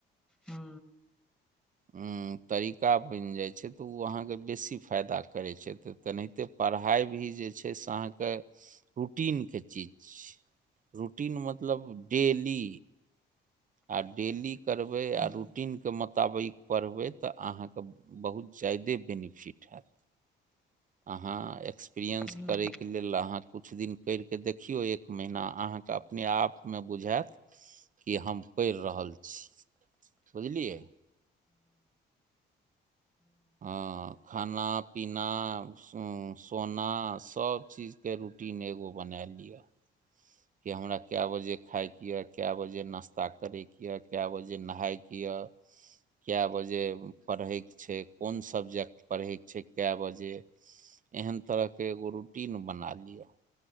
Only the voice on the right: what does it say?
ह तरीका बनि जाइ छै तऽ ओ अहाँके बेसी फायदा करै छथि तेनाहिते पढ़ाइ भी जे छै से अहाँ के रूटीन के चिज छै रूटीन मतलब डेली आ डेली करबै आ
रूटीनके मुताबिक पढ़बै तऽ अहाँके बहुत ज्यादे बेनिफिट हैत अहाँ एक्सपीरएन्स
करैके लेल अहाँ किछु दिन करिके देखियौ एक महिना अहाँके अपने आप मे बुझायत कि हम पढ़ि रहल छी बुझलियै आ खाना पीना सो सोना सब चीज के रूटीन एगो बने लियै कि हमरा कै बजे खायके ये कै बजे नाश्ता करैके या कै बजे नहायके य <unintelligible> कए बजे पढ़यके छै कोन सब्जेक्ट पढ़यके छै कए बजे एहन तरहके एगो रूटीन बना लिअ